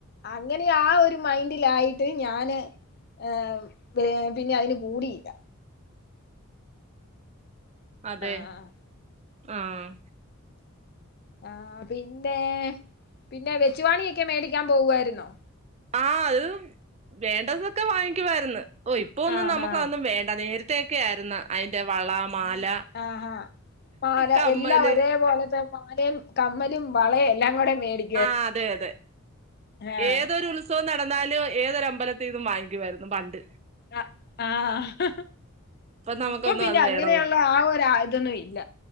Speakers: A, on the left; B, on the right.
A: അങ്ങനെ ആഹ് ഒരു മൈൻഡിലായിട്ട് ഞാന് ഏഹ് പിന്നെ ഐന് കൂടിയില്ല
B: അതെ
A: ആഹ്
B: ആഹ്
A: ആഹ് പിന്നെ പിന്നെ വെച്ചുവാണിയൊക്കെ മേടിക്കാൻ പോവായിരുന്നോ
B: ആഹ് അത് വേണ്ടതൊക്കെ വാങ്ങിക്കുവായിര്ന്ന് ഓഹ് ഇപ്പൊ ഒന്നും
A: ആഹ്
B: നമുക്ക്
A: ആഹ്
B: അതൊന്നും വേണ്ട നേരത്തൊക്കെ ആയിര്ന്ന് ഐന്റെ വള മാല
A: ആഹ് ഹാ മാല
B: കമ്മല്
A: എല്ലാ ഒരേ പോലത്തെ മാലേം കമ്മലും വളേം എല്ലാം കൂടെ മേടി
B: ആഹ് അതെ അതെ
A: ആഹ്
B: ഏതൊരു ഉ ൽഝവം നടന്നാലും ഏതൊരമ്പലത്തീന്നും വാങ്ങിക്കുവായിരുന്നു പണ്ട്
A: ആഹ് ആഹ്
B: നമുക്കൊന്നും
A: ഇപ്പൊ പിന്നെ
B: അത്
A: അങ്ങനേ
B: വേണോന്നും
A: ഒള്ള ആ ഒര ഇതൊന്നു ഇല്ല